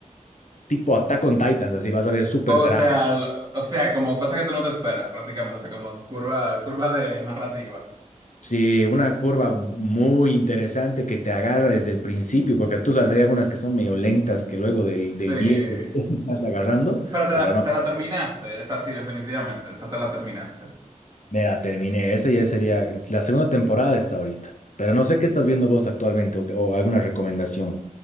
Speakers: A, on the left; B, on the right.
A: tipo Attack on Titans, así vas a ver súper
B: O
A: drástico.
B: sea, lo- o sea, como cosas que tú no te esperas, prácticamente, o sea, como curva, curva de narrativas,
A: Sí, una curva muy interesante que te agarra desde el principio, porque tú sabes, hay algunas que son medio lentas que luego del,
B: sí,
A: del 10 <laughs> estás agarrando,
B: pero te
A: pero
B: la,
A: no.
B: te la terminaste, es así, definitivamente, o sea, te la terminaste.
A: Me la terminé. Esa ya sería la segunda temporada está ahorita. Pero no sé qué estás viendo vos actualmente o, o alguna recomendación.